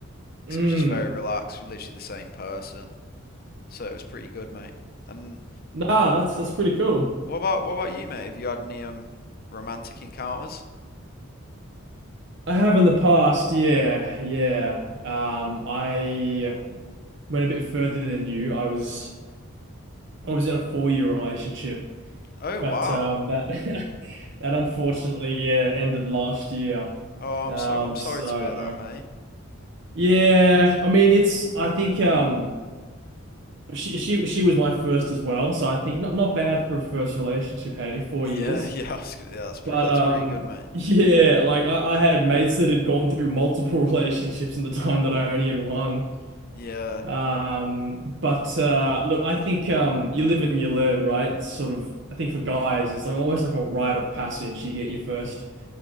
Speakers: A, on the left; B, on the right.
A: because
B: Mm.
A: it was just very relaxed. We're literally the same person, so it was pretty good, mate. And
B: Nah, that's that's pretty cool.
A: what about what about you, mate? Have you had any um romantic encounters?
B: I have in the past, yeah, yeah. Um, I went a bit further than you. I was I was in a four-year relationship,
A: Oh
B: but
A: wow.
B: um, that <laughs> that unfortunately, yeah, ended last year.
A: Oh,
B: Um,
A: I'm so I'm sorry
B: so
A: to hear that, mate.
B: yeah, I mean, it's I think um she she she was my first as well, so I think not not bad for a first relationship. Hey, four
A: Yeah,
B: years.
A: <laughs> yeah, I was gonna- yeah, that's pretty
B: But
A: that's
B: um
A: pretty good, mate.
B: <laughs> yeah, like I, I had mates that had gone through multiple <laughs> relationships in the time that I only had one.
A: Yeah.
B: Um but uh look, I think um you live and you learn, right? It's sort of I think for guys it's like almost like a rite of passage. You get your first